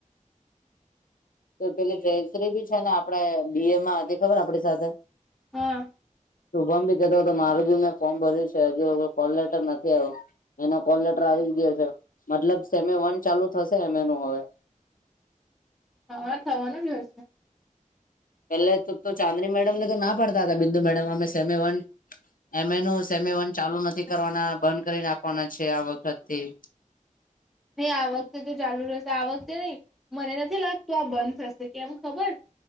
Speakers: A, on the left; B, in the centre.
A: તે પેલી જયશ્રી બી છે ને આપણે બી એમાં હતી ખબર આપણી સાથે.
B: હા.
A: શુભમ ભી કહેતો તો મારુ બી મેં ફોર્મ ભર્યું છે. હજુ હવે કોલલેટર નથી આયું. એનો કોલલેટર આવી ગયો છે. મતલબ સેમે વન ચાલુ થશે એમ એ નું હવે.
B: અહં થવાનું જ હોય હશે.
A: પેલે તો-તો ચાંદની મેડમને તો ના પાડતા તા બિંદુ મેડમ, અમે સેમે વન એમ એ નું સેમે વન ચાલુ નથી કરવાના, બંધ કરી નાખવાના છે આ વખતથી.
B: નહીં આ વખતે તો ચાલુ રહેશે. આ વખતે નહીં. મને નથી લાગતું આ બંધ થશે. કેમ ખબર?